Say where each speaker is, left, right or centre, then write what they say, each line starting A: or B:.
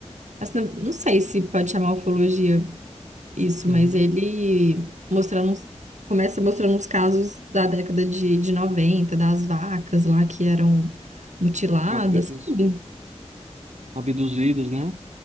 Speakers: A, on the right (about 90°); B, on the right (about 70°).
A: Mas não não sei se pode chamar ufologia. Isso,
B: Uhum.
A: mas ele mostrando, uns- começa mostrando os casos da década de, de 90 das vacas lá que eram mutiladas,
B: Abduz-
A: sabe?
B: Abduzidos, né?